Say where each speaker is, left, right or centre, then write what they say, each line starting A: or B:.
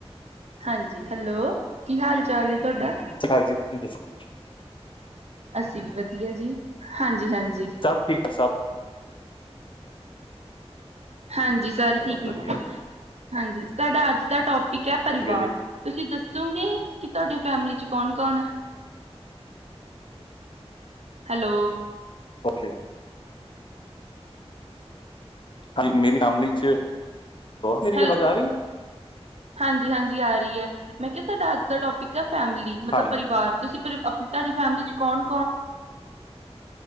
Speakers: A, on the right; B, on the left.
A: ਹਾਂਜੀ, ਹੈਲੋ, ਕੀ ਹਾਲ ਚਾਲ ਏ ਤੁਹਾਡਾ?
B: ਠਾਕ ਜੀ ਤੁਸੀਂ ਦੱਸੋ
A: ਅਸੀਂ ਵੀ ਵਧੀਆ ਜੀ ਹਾਂਜੀ, ਹਾਂਜੀ।
B: ਸਭ ਠੀਕ ਆ ਸਭ।
A: ਹਾਂਜੀ, ਸਾਰੇ
B: ਬਹੁਤ
A: ਠੀਕ ਨੇ
B: ਵਧੀਆ ਜੀ।
A: ਹਾਂਜੀ, ਸਾਡਾ ਅੱਜ ਦਾ ਠੀਕ ਏ ਪਰਿਵਾਰ,
B: ਹੈ ਜੀ
A: ਤੁਸੀਂ ਦੱਸੋਗੇ ਕਿ ਤੁਹਾਡੀ ਫੈਮਿਲੀ ਚ ਕੌਣ ਕੌਣ ਏ? ਹੈਲੋ।
B: ਓਕੇ। ਹਾਂਜੀ ਮੇਰੀ ਫੈਮਲੀ ਚ ਮੇਰੀ
A: ਹੈਲੋ,
B: ਆਵਾਜ਼ ਆ ਰਹੀ ਹੈ
A: ਹਾਂਜੀ, ਹਾਂਜੀ ਆ ਰਹੀ ਐ ਮੈਂ ਕਿਹਾ ਸਾਡਾ ਅੱਜ ਦਾ ਟੋਪਿਕ ਆ। ਫੈਮਿਲੀ ਮਤਲਬ
B: ਹਾਂਜੀ
A: ਪਰਿਵਾਰ ਤੁਸੀਂ ਤੁਹਾਡੀ ਫੈਮਿਲੀ ਚ ਕੌਣ